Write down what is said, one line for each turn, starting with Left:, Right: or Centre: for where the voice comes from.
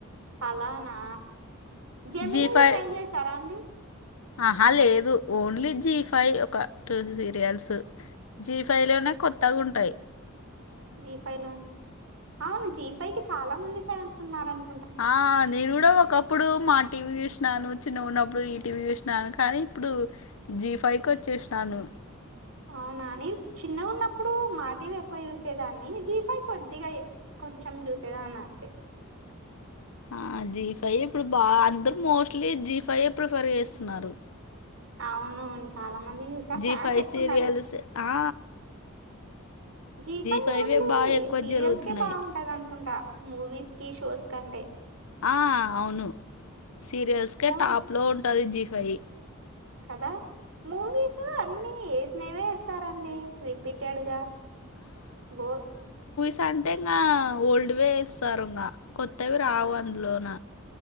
Right: అలానా జెమినివి
Left: జీ ఫైవ్
Right: ట్రై జేసారా అండి
Left: ఆహా లేదు ఓన్లీ జీ ఫై ఒక టూ సీరియల్సు జీ ఫై లోనే కొత్త గుంటాయ్
Right: జీ ఫై లా ఔన్ జీ ఫై కి చాలా మంది ఫ్యాన్స్ ఉన్నరాన్
Left: ఆ నేన్ గూడా ఒకప్పుడు మాటివి జూషినాను చిన్నగున్నప్పుడు ఈటీవీ జూస్నా కానీ ఇప్పుడు జి ఫై కోచ్చేశ్ నాను
Right: ఔనా నేన్ చిన్నగున్నప్పుడు మా టివే ఎక్కు యూశేదాన్ని జి ఫై కొద్దిగా ఏ కొంచమ్ జ్ చూసేదాన్నా అంతే
Left: ఆ జీ ఫైయే ఇప్పుడు బా అందర్ మోస్ట్లీ జీ ఫైయే ప్రిఫర్ ఏస్సున్నారు
Right: ఔనున్ చాలా మంది యుసా
Left: జీ
Right: ఫ్యాన్స్
Left: ఫైవ్
Right: ఎక్కున్నరు
Left: సీరియల్స్ ఆ
Right: జీ ఫై
Left: ఫైవే
Right: ఓన్లీ
Left: బాగా ఎక్కువ
Right: సీర్
Left: జరుగుతున్నాయి
Right: యల్స్ కే బాఉంటదనుకుంటా మూవీస్ కి షోస్ కంటే
Left: ఆ ఔను సీరి యల్స్ కే
Right: మూవీ
Left: టాప్లో ఉంటది జీ ఫై
Right: కదా మూవీస్ అన్ని యేసినవే వేస్తారండి రిపీటెడ్ గా బోర్
Left: కంటేనా ఓల్డ్ వే వేస్తారూంగా కొత్తవి రావ్
Right: ఆ
Left: అందులోన